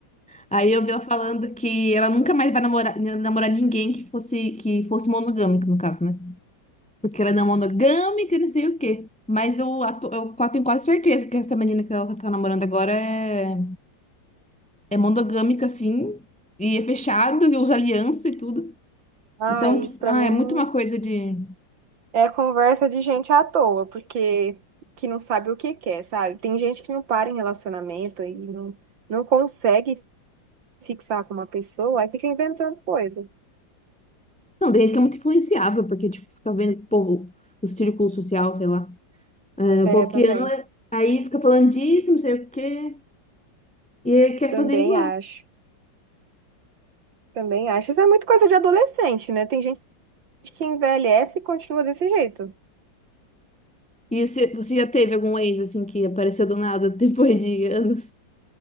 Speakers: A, in the centre; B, on the right.
A: aí eu vi ela falando que ela nunca mais vai namorar, namorar ninguém que fosse, que fosse monogâmico, no caso, né? porque ela não é não monogâmica, não sei o quê. Mas eu, atu- eu qua- tenho quase certeza que essa menina que ela tá namorando agora é, é monogâmica, assim, e é fechado, e usa aliança e tudo.
B: Ah,
A: Então,
B: isso
A: ti-
B: pra
A: ah,
B: mim
A: é muito uma coisa de.
B: é conversa de gente à toa, porque que não sabe o que quer, sabe? Tem gente que não para em relacionamento e não, não consegue fixar com uma pessoa, aí fica inventando coisa.
A: Não, desde que é muito influenciável, porque, tipo, fica vendo que o povo, o círculo social, sei lá. é,
B: É,
A: o povo
B: também.
A: que anda, aí fica falando disso, não sei o quê, e aí quer
B: Também
A: fazer igual.
B: acho. Também acho. Isso é muito coisa de adolescente, né? Tem gente gente que envelhece e continua desse jeito.
A: E você, você já teve algum ex, assim, que apareceu do nada depois de anos?